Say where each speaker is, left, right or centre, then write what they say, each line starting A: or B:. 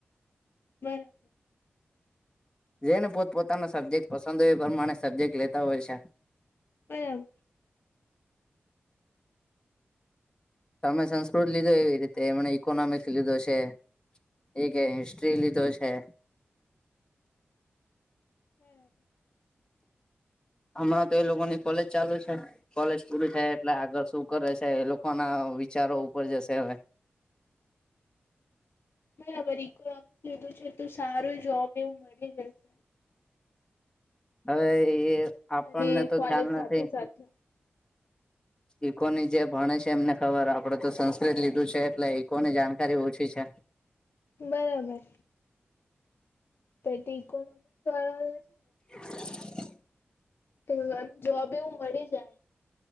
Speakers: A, on the left (about 60°); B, on the left (about 20°).
A: બર
B: જે ને પોતપોતાનો સબ્જેક્ટ પસંદ હોય પ્રમાણે સબ્જેક્ટ લેતા હોય છે
A: પરરાબ <unintelligible>
B: તમે સંસ્કૃત લીધો એવી રીતે એમણે ઇકોનોમિક્સ લીધો છે એ કે હિસ્ટ્રી લીધો છે
A: બરાબર
B: હમણાં તો એ લોકોની કોલેજ ચાલુ છે કોલેજ પૂરી થાય એટલે આગળ શું કરે છે એ લોકો ના વિચારો ઉપર જશે હવે
A: બરાબર ઇકોનોમિકસ લીધું છે તો સારો જોબ એવું મળી જશે
B: હવે એ આપણને
A: અને
B: તો
A: કોલેજ
B: ખ્યાલ
A: સાથે
B: નથી.
A: સાથે
B: ઈકોની જે ભણે છે એમને ખબર આપડે તો સંસ્કૃત લીધું છે એટલે ઈકોની જાણકારી ઓછી છે
A: બરાબર તો <unintelligible>
B: <inaudible> <inaudible>
A: એમ જોબ એવું મળી જ ને